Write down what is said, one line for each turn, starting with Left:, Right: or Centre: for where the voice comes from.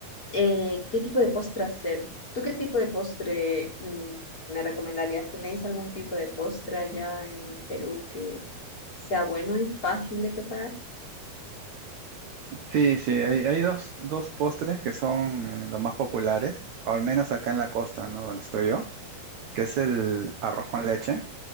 Left: eh, qué tipo de postre hacer. ¿Tú qué tipo de postre mm, me recomendarías? ¿Tenéis algún tipo de postre allá en Perú que sea bueno y fácil de preparar?
Right: Sí, sí, hay, hay dos, dos postres que son eh, los más populares, o al menos acá en la costa, ¿no? Donde estoy yo, que es el arroz con leche